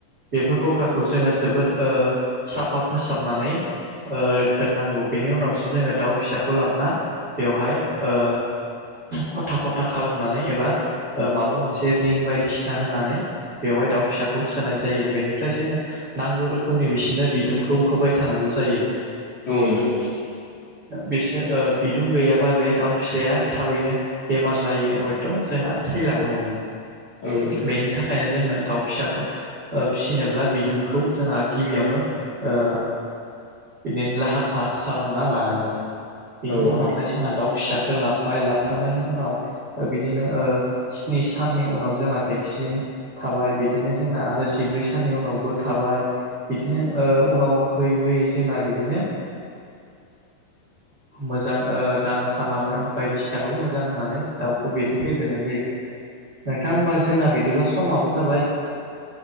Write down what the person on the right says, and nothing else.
बेफोर गग्राखौ जोङो जोबोर ओ साफा फोसाबनानै ओ दोननांगौ बेनि उनावसो जोङो दाउ फिसाखौ लाबोना बेवहाय ओ खथा खथा खालामनानै एबा ओ माबा मोनसे रिं बायदिसिना होनानै बेवहाय दाउ फिसाखौ सोनाय जायो बेनिफ्राय जोङो नांगौ रोखोमनि बिसोरनो बिदुंखौ होबाय थानांगौ जायो।
बिसोर ओ बिदुं गैयाबा बे दाउ फिसाया थाबैनो बेमार जायो हयथ' जोंना थैलांनो हमो
बेनि थाखायनो जोंनो दाउ फिसाखौ ओ फिसिनोब्ला बिदुंखौ जोंहा गिबियावनो ओ बिदिनो लाहार फाहार खालामना लानांगोन बेनि
उनावहाय जोंहा दाउ फिसाखौ लाबबाय लाबखांनायनि उनाव बिदिनो ओ स्नि साननि उनाव जोंना भेक्सिन थाबाय बिदिनो जोंना आरो जिब्रै साननि उनावबो थाबाय। बिदिनो ओ उनाव होयै होयै जोंना बिदिनो मोजां ओ दाना साना बायदिसिनाखौ मोजां होनानै दाउखौ बिदि फेदेरनाय जायो। नोंथां होमबा जोंना बिदिब्ला समाबो जाबाय।